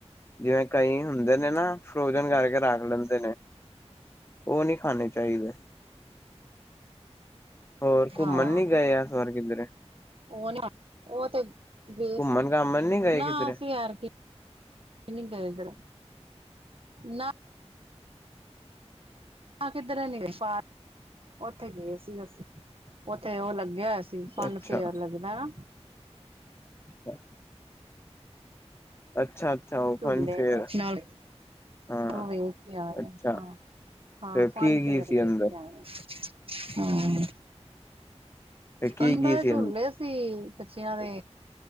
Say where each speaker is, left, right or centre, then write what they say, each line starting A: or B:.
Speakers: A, on the left; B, on the right.
A: ਜਿਵੇਂ-ਕਈ ਹੁੰਦੇ ਨੇ ਨਾ ਫਰੋਜਨ ਕਰਕੇ ਰੱਖ ਲੈਂਦੇ ਨੇ। ਉਹ ਨਹੀਂ ਖਾਣੇ ਚਾਹੀਦੇ। ਹੋਰ
B: ਹਾਂ
A: ਘੁੰਮਨ ਨੀ ਗਏ ਐਸ ਵਾਰ ਕਿਧਰੇ
B: ਉਹ, ਉਹ ਤੇ ਬੇਸ
A: ਘੁੰਮਣ
B: ਐ,
A: ਘਾਮਣ ਨੀ ਗਏ
B: ਨਾ
A: ਕਿਧਰੇ
B: ਅਸੀਂ ਐਦਕੀ ਔ ਨੀ ਗਏ ਇਧਰ, ਨਾ ਕਿੱਧਰ ਨੀ ਗਏ--ਉੱਥੇ ਗਏ ਸੀ ਅਸੀਂ, ਉੱਥੇ ਉਹ ਲੱਗਿਆ ਹੋਯਾ ਸੀ ਤੇ ਫਨ-ਫੇਅਰ
A: ਅੱਛਾ
B: ਲੱਗਦਾ ਨਾ।
A: ਅੱਛਾ। ਅੱਛਾ-ਅੱਛਾ ਓਪਨ
B: ਝੂਲੇ,
A: ਫੇਅਰ
B: ਉਸ ਨਾਲ
A: ਹਾਂ
B: ਉਹ ਵੇਖ ਕੇ ਆਏ
A: ਅੱਛਾ
B: ਆ। ਹਾਂ, ਹਾਂ,
A: ਤੇ
B: ਫਨ-
A: ਕੀ-ਕੀ
B: ਫੇਅਰ
A: ਸੀ
B: ਵੇਖ
A: ਅੰਦਰ
B: ਕੇ ਆਏ ਆਂ। ਹਾਂ,
A: ਤੇ ਕੀ-ਕੀ
B: ਅੰਦਰ
A: ਸੀ
B: ਝੂਲੇ ਸੀ, ਬੱਚਿਆਂ ਦੇ